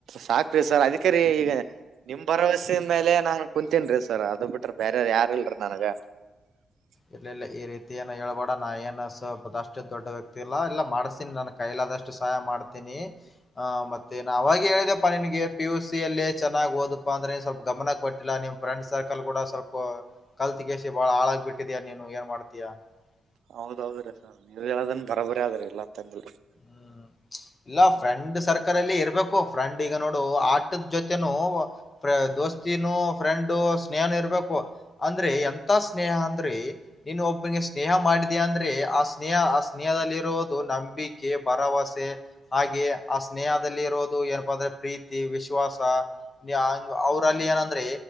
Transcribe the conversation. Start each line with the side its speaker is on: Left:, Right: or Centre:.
Right: ಸಾಕ್ರೀ ಸರ್ ಅದೀಕೆ ರಿ ಈಗ, <unintelligible> ನಮ್ಮ ಭರವಸೆ ಮೇಲೆ ನಾನ್ ಕುಂತನ್ರೀ ಸರ್ ಅದ ಬಿಟ್ರ ಬೇರೆ ಯಾರ್ ಇಲ್ರಿ ನನಗ <unintelligible>
Left: ಇಲ್ಲ ಇಲ್ಲ ಈ ರೀತಿ ಏನು ಹೇಳ್ಬೋಡ ನಾ ಏನ್ ಸ್ವಪ ಅಷ್ಟು ದೊಡ್ಡ ವ್ಯಕ್ತಿ ಇಲ್ಲಾ ಇಲ್ಲ ಮಾಡಸ್ತಿನಿ ನನ್ ಕೈಲ <unintelligible> ಆದಷ್ಟು ಸಹಾಯ ಮಾಡ್ತೀನಿ ಆ ಮತ್ತೆ ನಾ ಅವಾಗ ಹೇಳಿದಪ್ಪ ನಿನಗೆ ಪಿಯುಸಿ ಅಲ್ಲೇ ಚನ್ನಾಗಿ ಓದ ಮುಂದಕ್ಕ ಬಾ ಅಂದ್ರೆ ಸ್ವಲ್ಪ ಗಮನ ಕೊಟ್ಟಿಲ್ಲ ನಿಮ್ ಫ್ರೆಂಡ್ ಸರ್ಕಲ್ ಕೂಡ ಸ್ವಲ್ಪ ಕಲ್ತಗಿಸಿ ಬಾಳ ಹಾಳಾಗಿ ಬಿಟ್ಟಿ <unintelligible> ಇದ್ದೀಯ ನೀನು ಏನ್ ಮಾಡ್ತೀಯಾ? <unintelligible>
Right: ಹೌದ ಹೌದ ರೀ ಸರ್ ನೀವ ಹೇಳದ ಬರೋಬರಿ ಆದದ್ರ ಇಲ್ಲಾ ಅಂತಂದಿಲ್ರಿ. <unintelligible>
Left: ಹ್ಮ್ ಇಲ್ಲ
Right: ಹ್ಮ್.
Left: ಫ್ರೆಂಡ್ ಸರ್ಕಲ್ ಅಲ್ಲಿ ಇರ್ಬೇಕು? <unintelligible> ಫ್ರೆಂಡ್ ಈಗ ನೋಡು ಆಟದ ಜೊತೆನು ಪೇರ್ ದೋಸ್ತಿನು ಫ್ರೆಂಡ್ ಸ್ನೇಹನು ಇರ್ಬೇಕು. <unintelligible> ಅಂದ್ರೆ ಎಂತ ಸ್ನೇಹ ಅಂದ್ರೆ ನೀನು ಒಬ್ಬನಿಗೆ ಸ್ನೇಹ ಮಾಡಿದಯಾ ಅಂದ್ರೆ ಆ ಸ್ನೇಹಾ <unintelligible> ಆ ಸ್ನೇಹದಲ್ಲಿರುವುದು ನಂಬಿಕೆ ಭರವಸೆ, <unintelligible> ದೇ ಹಾಗೆ ಆ ಸ್ನೇಹದಲ್ಲಿ ಇರೋದು ಏನಪ್ಪ ಅಂದ್ರೆ ಪ್ರೀತಿ ವಿಶ್ವಾಸ, ಏ ಹಾಂಗ್ <unintelligible> ಅವರಲ್ಲಿ ಏನಂದ್ರೆ